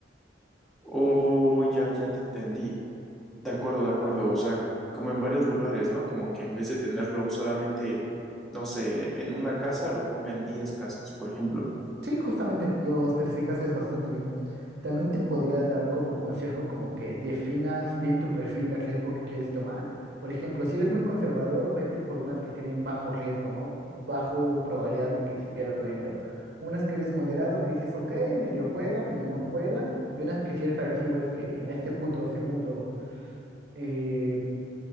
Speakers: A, in the centre; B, on the right.
A: Oh, ya, ya te entendí. De acuerdo, de acuerdo. O sea, como en varios lugares, ¿no? Como que en vez de tenerlo solamente, no sé, en una casa, lo ponga en diez casas, por ejemplo.
B: Sí, justamente, lo especificaste bastante bien. También te podría dar como consejo como que definas bien tu perfil de riesgo que quieres tomar. Por ejemplo, si eres muy conservador, vete por unas que tienen bajo riesgo, ¿no? Bajo probabilidad de que se pierda tu dinero. Unas que eres moderado, que dices, ok, medio juega, medio no juega. Y unas que si eres agresivo es que en este punto segundo eh,